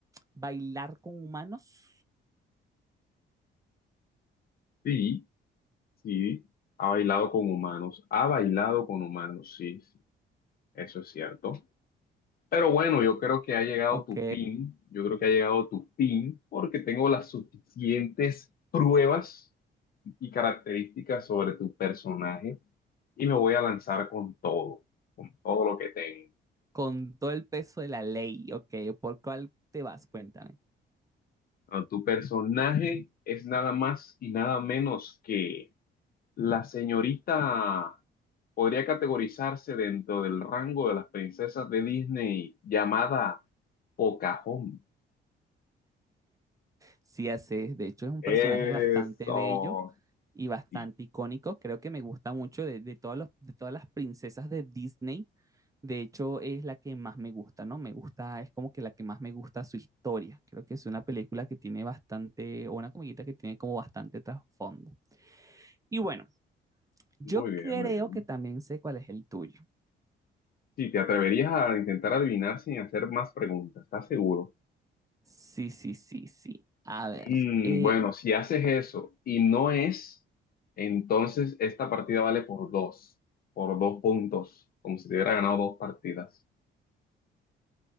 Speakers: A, on the right; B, on the left.
A: bailar con humanos?
B: Sí, sí, ha bailado con humanos, ha bailado con humanos, sí, sí, eso es cierto. Pero bueno, yo creo que ha llegado
A: Ok,
B: tu fin, yo creo que ha llegado tu fin porque tengo las suficientes pruebas y características sobre tu personaje y me voy a lanzar con todo, con todo lo que tengo.
A: con todo el peso de la ley, ok, ¿por cuál te vas? Cuéntame.
B: Bueno, tu personaje es nada más y nada menos que la señorita, podría categorizarse dentro del rango de las princesas de Disney llamada Pocahontas.
A: Sí, así es. De hecho, es un
B: Eso,
A: personaje bastante bello y bastante
B: sí,
A: icónico. Creo que me gusta mucho de, de todos los- de todas las princesas de Disney. De hecho, es la que más me gusta, ¿no? Me gusta, es como que la que más me gusta su historia. Creo que es una película que tiene bastante, o una comiquita que tiene como bastante trasfondo. Y bueno, yo
B: Muy bien,
A: creo
B: muy bien.
A: que también sé cuál es el tuyo.
B: Sí, te atreverías a intentar adivinar sin hacer más preguntas, ¿estás seguro?
A: Sí, sí, sí, sí. A ver,
B: Mm,
A: eh,
B: bueno, si haces eso y no es, entonces esta partida vale por dos, por dos puntos, como si te hubiera ganado dos partidas.